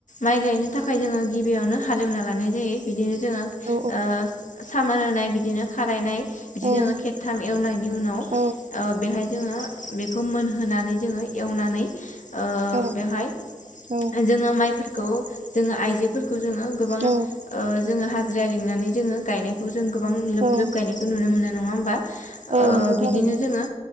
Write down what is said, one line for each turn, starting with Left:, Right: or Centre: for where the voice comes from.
Left: माइ गायनो थाखाय जोङो गिबियावनो हालेवना लानाय जायो। बिदिनो जोङो ओ
Right: औ
Left: सामार होनाय बिदिनो खारायनाय बिदि
Right: औ
Left: जोङो खेबथाम एवनायनि उनाव
Right: औ
Left: ओ बेहाय जोङो बेखौ मोनहोनानै जोङो एवनानै ओ
Right: औ
Left: बेवहाय
Right: औ
Left: जोङो माइफोरखौ जोङो आइजोफोर खौ जोङो गोबां
Right: औ
Left: ओ जोङो हाजिरा लिंनानै जोङो गायनाय खौ जों गोबां लोब
Right: औ
Left: लोब गायनायखौ नुनो मोननाय नङा होमबा।
Right: औ
Left: ओ
Right: नंगौ थारैनो
Left: बिदिनो जोङो